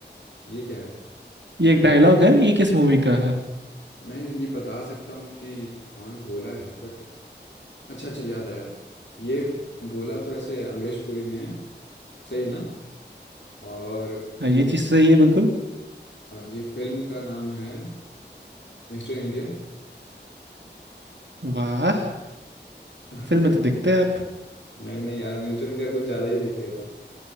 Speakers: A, on the left (about 80°); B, on the right (about 75°).
A: ये क्या है
B: ये
A: मतलब
B: एक डायलॉग है ये किस मूवी का है
A: मैं ये बता सकता हूँ कि कौन बोला है बट अच्छा अच्छा याद आया ये बोला तो ऐसे अमरीश पुरी ने है सही है ना और
B: हाँ
A: ये
B: ये
A: मु-
B: चीज सही है बिल्कुल
A: और ये फिल्म का नाम है मिस्टर इंडिया
B: वाह
A: <laughs>
B: फिल्म में तो देखते हैं आप
A: नहीं नहीं यार मिस्टर इंडिया कुछ ज्यादा ही देख लिया था